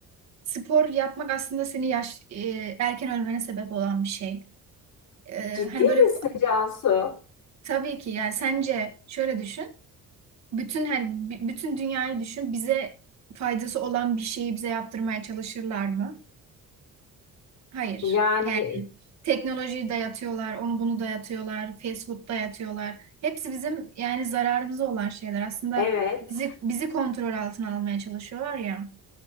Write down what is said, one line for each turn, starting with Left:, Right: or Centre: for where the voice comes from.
Right: spor yapmak aslında seni yaş e, erken ölmene sebep olan bir şey.
Left: <laughs>
Right: Ee,
Left: Ciddi
Right: hani böyle
Left: misin Cansu?
Right: Tabii ki yani sence şöyle düşün. Bütün her b- bütün dünyayı düşün. Bize faydası olan bir şeyi bize yaptırmaya çalışırlar mı? Hayır.
Left: Yani
Right: Yani teknolojiyi dayatıyorlar, onu bunu dayatıyorlar, fast food dayatıyorlar. Hepsi bizim yani zararımıza olan şeyler. Aslında
Left: evet,
Right: bizi bizi kontrol altına almaya çalışıyorlar ya.